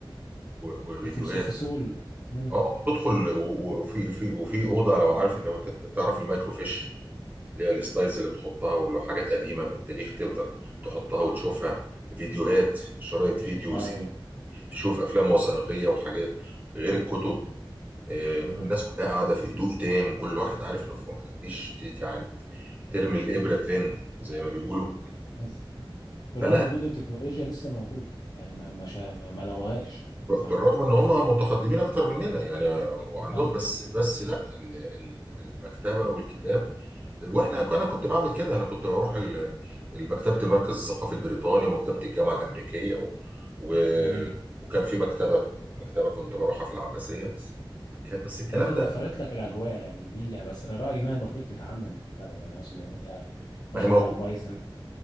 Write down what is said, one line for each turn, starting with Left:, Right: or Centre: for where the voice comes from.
Right: و- وفيديوهات
Left: وفلوس وفصول امم
Right: اه وتدخل و- وفي في وفي اوضه لو عارف لو انت تعرف المايكرو فيش اللي هي السلايدز اللي بتحطها ولو حاجات قديمه من التاريخ تفضل تحطها وتشوفها فيديوهات شرايط فيديو
Left: ايوه
Right: سي- تشوف افلام وثائقيه وحاجات غير الكتب آه،
Left: امم
Right: الناس كلها قاعده في هدوء تام كل واحد عارف انه في مكان مفيش ت- يعني ترمي الابره ترن زي ما بيقولوا
Left: بس برغم
Right: فلا
Left: وجود التكنولوجيا لسه موجودة يعني ما ما شا- ما ما لغوهاش
Right: ب-
Left: صح
Right: بالرغم ان هم متقدمين اكتر مننا يعني وعندهم
Left: اه
Right: بس بس لا ال- ال- المكتبه والكتاب واحنا انا كنت بعمل كده انا كنت بروح ال- مكتبه المركز الثقافي البريطاني ومكتبه الجامعه الامريكيه و... و...
Left: جميل
Right: وكان في مكتبه مكتبه كنت بروحها في العباسيه بس ك- بس الكلام
Left: يعني انت توفرت
Right: ده
Left: لك الاجواء يعني دي يعني بس انا رايي انها المفروض تتعمم في البلد يعني اقصد يعني انت ما
Right: ما
Left: شاء
Right: هي موجود
Left: الله كويس ان